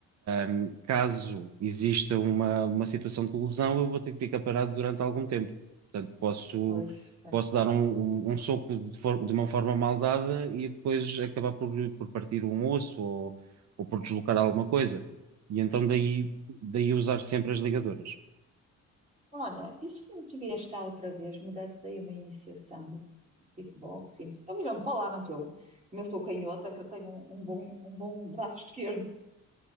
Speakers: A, on the right; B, on the right.
A: um, caso exista uma, uma situação de lesão, eu vou ter que ficar parado durante algum tempo. Portanto, posso,
B: pois, é.
A: posso dar um, um- um soco de, for- de uma forma mal dada e depois acabar por, por partir um osso ou, ou por deslocar alguma coisa. E então daí, daí usar sempre as ligaduras.
B: Olha, isso que me tu vieste cá outra vez, me deste aí uma iniciação. kickboxing. Então me vamos falar, não que eu, como eu sou canhota, que eu tenho um, um bom, um bom braço esquerdo. <laughs>